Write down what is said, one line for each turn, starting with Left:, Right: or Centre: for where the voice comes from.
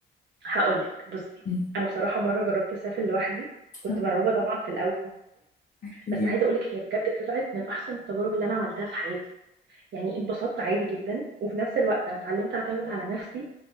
Right: هقولك بصي
Left: مم.
Right: انا بصراحه مره جربت اسافر لوحدي كنت
Left: آه،
Right: مرعوبه طبعا في الاول
Left: أكيد
Right: بس عايزه اقولك هي بجد طلعت من احسن التجارب اللي انا عملتها في حياتي يعني اتبسطت عادي جدا وفي نفس الوقت انا اتعلمت اعتمد على نفسي